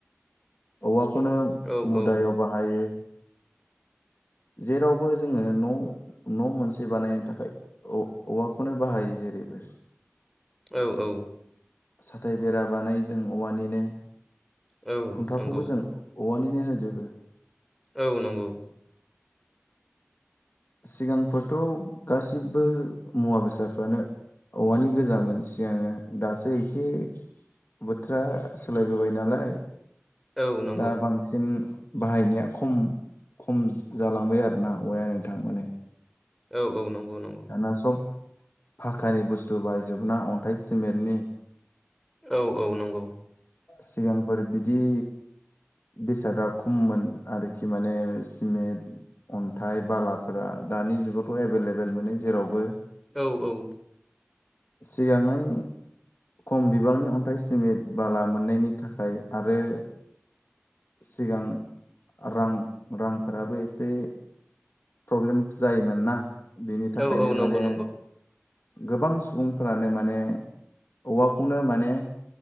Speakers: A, on the left; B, in the centre.
A: औवाखौनो
B: औ
A: मुदायाव
B: औ
A: बाहायो जेरावबो जोङो न' न' मोनसे बानायनो थाखाय औ औवाखौनो बाहायो जेरैबो
B: औ औ
A: साथाय बेरा बानायो जों औवानिनो
B: औ
A: खुन्थाखौबो
B: नंगौ
A: जों औवानिनो होजोबो
B: औ नंगौ
A: सिगांफोरथ' गासिबो मुवा बेसादफ्रानो औवानि गोजामोन सिगांओ दासो एसे बोथोरा सोलायबोबाय नालाय
B: औ नंगौ
A: दा बांसिन बाहायनाया खम खम जालांबाय आरोना औवाआ नोंथां माने
B: औ औ नंगौ नंगौ
A: दाना सब फाखानि बुस्थु बायजोबना अन्थाइ सिमेन्टनि
B: औ औ नंगौ।
A: सिगांफोर बिदि बेसादा खममोन आरोखि माने सिमेन्ट अन्थाइ बालाफोरा दानि जुगावथ एभेलेबेल मोनो जेरावबो
B: औ औ
A: सिगाङै खम बिबांनि अन्थाइ सिमेन्ट बाला मोननायनि थाखाय आरो सिगां रां रांफोराबो एसे प्रब्लेम जायोमोनना बिनि
B: औ
A: थाखायनो
B: औ नंगौ
A: माने
B: नंगौ
A: गोबां सुबुंफोरानो माने औवाखौनो माने।